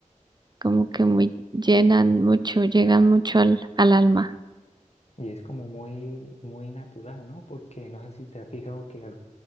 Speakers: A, on the right (about 35°); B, on the left (about 55°).
A: como que muy llenan mucho, llegan mucho al, al alma.
B: Y es como muy, muy natural, ¿no? Porque no sé si te has fijado que al-